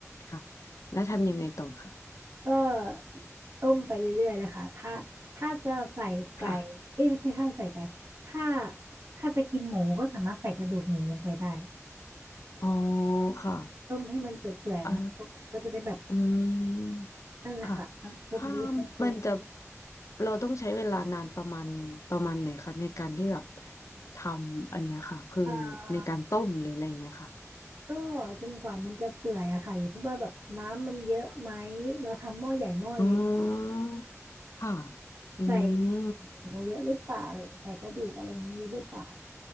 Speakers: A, on the left (about 70°); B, on the right (about 50°).
A: ค่ะแล้วทำยังไงต่อค่ะ
B: ก็ต้มไปเรื่อยๆนะคะถ้าถ้าจะใส่ไก่เอ้ยไม่ใช่ถ้าใส่ไก่ถ้า
A: ค่ะ
B: ถ้าจะกินหมูก็สามารถใส่กระดูกหมูลงไปได้
A: อ๋อค่ะ
B: ต้มให้มันเปื่อยๆน้ำซุปมันก็จะได้แบบ
A: อ่า อืม
B: นั่นแหละค่ะน้ำซุปมันจะได้เข้มข้น
A: ค่ะถ้ามันจะเราต้องใช้เวลานานประมาณประมาณไหนคะในการที่แบบทำอันเนี้ยค่ะคือในการต้มหรืออะไรอย่างเงี้ยค่ะ
B: อ่าก็จนกว่ามันจะเปื่อยอะค่ะอยู่ที่ว่าแบบน้ำมันเยอะไหมเราทำหม้อใหญ่หม้อเล็ก
A: อืมค่ะอืม
B: ใส่หมูเยอะหรือเปล่าหรือใส่กระดูกอะไรเงี้ยเยอะหรือเปล่า